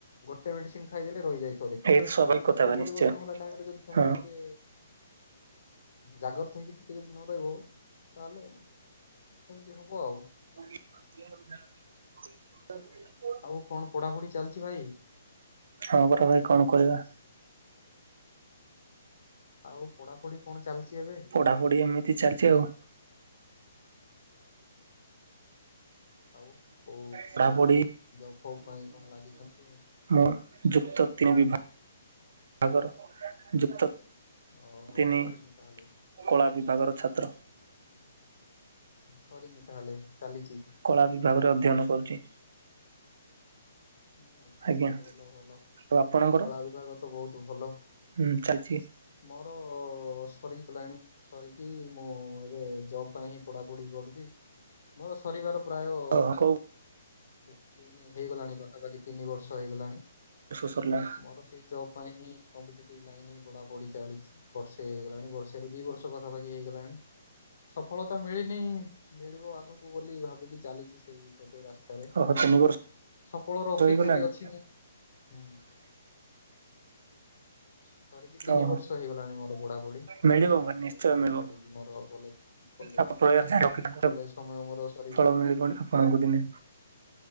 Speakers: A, on the left; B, on the right.
A: ଗୋଟେ ମେଦିସିନ ଖାଇଦେଲେ ରହିଯାଇଥିବ ଦେଖ
B: ଏଇ
A: କିନ୍ତ
B: ସ୍ୱାଭାବିକ
A: ଏମିତି
B: କଥା
A: ଋତୁ
B: ଭାଇ
A: ପରିବର୍ତନ
B: ନିଶ୍ଚୟ
A: ହେଲା ଟାଇମରେ ଯଦି ତମେ
B: ହଁ
A: ଟିକ୍ ଟିକେ ଜାଗ୍ରତ ହେଇକି ଟିକେ ଯଦି ନ ରହିବ ତାହେଲେ କେମିତି ହବ ଆଉ
B: <unintelligible>
A: ଆଉ କଣ ପଢାପଢି ଚାଲିଛି ଭାଇ।
B: ହଁ ପରା ଭାଇ କଣ କରିବା।
A: ଆଉ ପଢାପଢି କଣ ଚାଲିଛି ଏବେ।
B: ପଢାପଢି ଏମିତି ଚାଲିଛି ଆଉ।
A: ଆଉ କୋ
B: ପଢାପଢି
A: ଜବ ଫବ ପାଇଁ କଣ ଲାଗିଛନ୍ତି।
B: ହଁ ଯୁକ୍ତ ତିନି ବିଭା ଗର ଯୁକ୍ତ
A: ଓହୋ!
B: ତିନି
A: ସରିନି ତା, ହେଲେ।
B: କଳା ବିଭାଗର ଛାତ୍ର।
A: ସରିନି ତାହେଲେ ଚାଲିଚି।
B: କଳା ବିଭାଗରେ ଅଧ୍ୟୟନ କରୁଛି।
A: ହୁଁ, ଆଚ୍ଛା
B: ଆଜ୍ଞା
A: ଆଚ୍ଛା ଭଲ ଭଲ।
B: ଆଉ ଆପଣଙ୍କର?
A: କଳା ବିଭାଗ ତ ବହୁତ ଭଲ।
B: ହୁଁ, ଚାଲଚି।
A: ମୋର ସରିଗଲାଣି। ସରକିି ମୁଁ ଏବେ ଜବ୍ ପାଇଁ ହିଁ ପଢାପଢି କରୁଛି। ମୋର ସରିବାର ପ୍ରାୟ-ଅ
B: ଓହୋ କୋଉ
A: ଦି ତିନ ହେଇଗଲାଣି ପାଖ୍ ପାକାପାଖି ତିନି ବର୍ଷ ହେଇଗଲାଣି।
B: ସୋ ସରଲା।
A: ମୋର ସେଇ ଜବ୍ ପାଇଁ ହିଁ, କମ୍ପିଟିଟିଭ୍ ଲାଇନ୍ ହିଁ ପଢା ପଢି ଚାଳିଛି ବର୍ଷେ ହେଇଗଲାଣି। ବର୍ଷେରୁ ଦି ବର୍ଷ ପାଖାପାଖି ହେଇଗଲାଣି, ସଫଳତା ମିଳିନି। ମିଳିବ ଆଗକୁ ବୋଲି ଭାବିକି, ଚାଲିଛି ସେଇ ଗୋଟେ ରାସ୍ତାରେ।
B: ହଁ <inaudible>
A: ସଫଳର ଅପେକ୍ଷାରେ
B: ତ, ହେଇଗଲାଣି
A: ଅଛି ମୁଁ ହୁଁ। ସରି କି ତିନି
B: ଓହୋ
A: ବର୍ଷ ହେଇଗଲାଣି, ମୋର ପଢାପୁଢି।
B: ମିଳିବ ଭାଇ
A: <inaudible>
B: ନିଶ୍ଚୟ ମିଳିବ
A: ସରିକି ମୋର କଲେ କଲେ
B: ଆପଣ
A: ହୁଁ,
B: ପ୍ରୟାସ ଜାରି
A: ହୁଁ
B: ରଖିଥାନ୍ତୁ
A: କଲେଜ ସମୟ ମୋର ସରି
B: ଫଳ ମିଳି ବଣିି ଆଉ। ପାଆଙ୍କୁ ଦିନେ